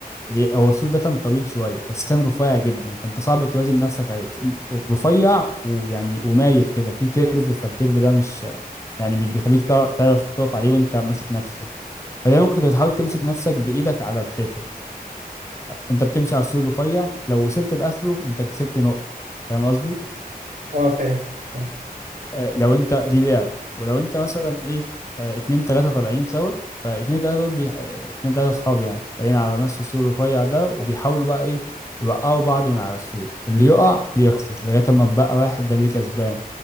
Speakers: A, on the left; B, on the right.
A: إيه، هو السور ده كان طويل شويه بس كان رفيع جدا فانت صعب توازن نفسك عليه س- رفيع ويعني ومايل كده في كيرف فالكيرف ده مش يعني مش بيخليك تع- تعرف تقف عليه وانت ماسك نفسك فدايما كنت بتحاول تمسك نفسك بايدك على الحيطه انت بتمشي على السور الرفيع لو وصلت لاخره انت كسبت نقطه فاهم قصدي
B: اه فاهم فاهم
A: آه، لو انت دي لعبة ولو انت مثلا ايه آه، اتنين تلاتة طالعين سوا فاتنين تلاتة دول بي... آه، اتنين تلاتة صحاب يعني طالعين على نفس السور الرفيع ده وبيحاولوا بقى ايه يوقعوا بعض من على السور اللي يقع يخسر لغاية ما بقى واحد ده اللي كسبان